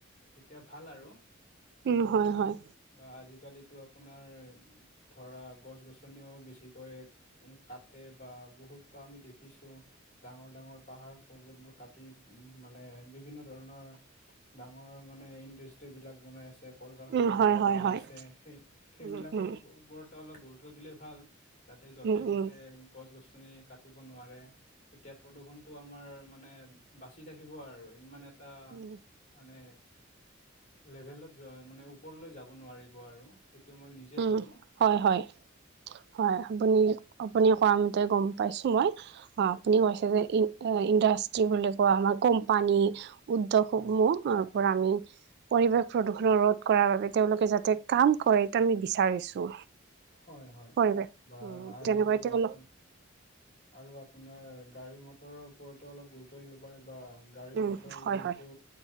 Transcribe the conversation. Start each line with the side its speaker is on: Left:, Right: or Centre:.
Left: তেতিয়া ভাল আৰু
Right: উ হয় হয়
Left: বা আজিকালিতো আপোনাৰ ধৰা গছ গছনিও বেছিকৈ কাটে বা বহুতো আমি দেখিছো ডাঙৰ ডাঙৰ পাহাৰ পৰ্বতবোৰ কাটি উ মানে বিভিন্ন ধৰণৰ ডাঙৰ মানে ইণ্ডাষ্ট্ৰ্ৰী বিিলাক বনাই আছে ক কল কাৰখানাবিলাক
Right: উম হয় হয়
Left: বনাই
Right: হয়
Left: আছে সেই সেইবিলাকৰ
Right: উম উম
Left: ওপৰত অলপ গুৰুত্ব দিলেই ভাল যাতে য'তে
Right: উম উম
Left: ততে গছ গছ আনি কাটিব নোৱাৰে তেতিয়া প্ৰদূষণটো আমাৰ মানে বাচি থাকিব আৰু ইমান এটা এটা
Right: উম
Left: মানে লেভেলৰ মানে ওপৰলৈ যাব নোৱাৰিব আৰু মই নিজে
Right: উম
Left: ভাবো
Right: হয় হয় হয় আপুনি আপুনি ক মতে গম পাইছো মই অ আপুনি কৈছে যে ই ইণ্ডাষ্ট্ৰি বুলি কোৱা আমাৰ কোম্পানী উ্য হুকম
Left: হয়
Right: আৰু আমি পৰিৱেশ প্ৰদূষণৰ ৰোধ কৰাৰ বাবে তেওঁলোকে যাতে কাম কৰে আমি বিচাৰিছো
Left: হয় হয়
Right: পৰিৱেশ
Left: বা আৰু
Right: তেনেকুৱা এতিয়া
Left: আপ
Right: অল
Left: আৰু আপোনাৰ গাড়ী মটৰৰ ওপৰতো অলপ গুৰুত্ব দিব পাৰে বা গাড়ী
Right: উম
Left: মটৰ
Right: হয়
Left: যিহেতু
Right: হয়